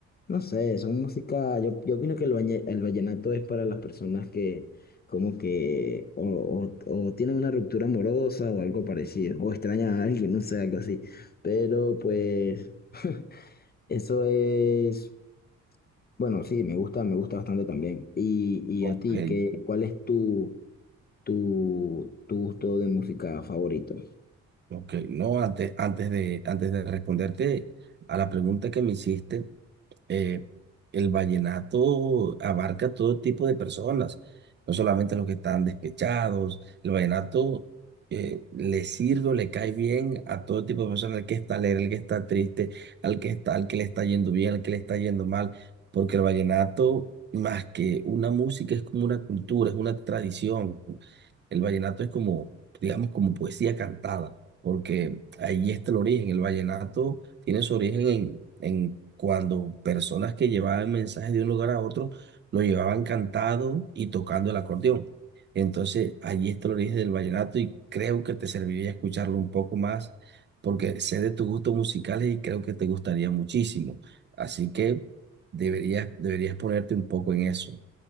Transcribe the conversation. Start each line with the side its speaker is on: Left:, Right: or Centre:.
Left: no sé, son música, yo, yo opino que el, bañe- el vallenato es para las personas que como que o, o- o tienen una ruptura amorosa o algo parecido, o extrañan a alguien, no sé, algo así. Pero pues <laughs> eso es, bueno, sí, me gusta, me gusta bastante también. Y, y
Right: Ok,
Left: a ti, ¿qué, cuál es tu, tu, tu gusto de música favorito?
Right: ok. No, antes, antes de, antes de responderte a la pregunta que me hiciste, eh, el vallenato abarca todo tipo de personas, no solamente los que están despechados. El vallenato eh, le sirve o le cae bien a todo tipo de personas, al que está alegre, al que está triste, al que está, al que le está yendo bien, al que le está yendo mal, porque el vallenato, más que una música, es como una cultura, es una tradición. El vallenato es como, digamos, como poesía cantada, porque ahí está el origen. El vallenato tiene su origen en, en cuando personas que llevaban mensajes de un lugar a otro lo llevaban cantado y tocando el acordeón. Entonces, allí está el origen del vallenato y creo que te serviría escucharlo un poco más, porque sé de tus gustos musicales y creo que te gustaría muchísimo. Así que deberías, deberías ponerte un poco en eso.